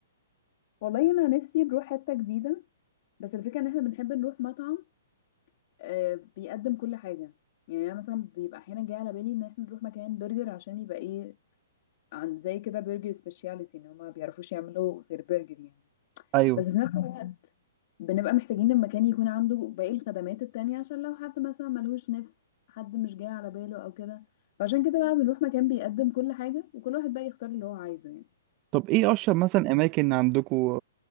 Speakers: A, on the left (about 45°); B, on the right (about 30°).
A: والله انا نفسي نروح حته جديده بس الفكره ان احنا بنحب نروح مطعم آه، بيقدم كل حاجه يعني انا مثلا بيبقى احيانا جاي على بالي ان احنا نروح مكان برجر عشان يبقى ايه عن زي كده برجر سبيشاليتي ان هما ما بيعرفوش يعملوا غير برجر يعني
B: ايوه
A: بس في نفس فاهمة. الوقت بنبقى محتاجين المكان يكون عنده باقي الخدمات التانية عشان لو حد مثلا ملهوش نفس حد مش جاي على باله او كده فعشان كده بقى بنروح مكان بيقدم كل حاجة وكل واحد بقى يختار اللي هو عايزه يعني
B: طب ايه اشهر مثلا اماكن عندكم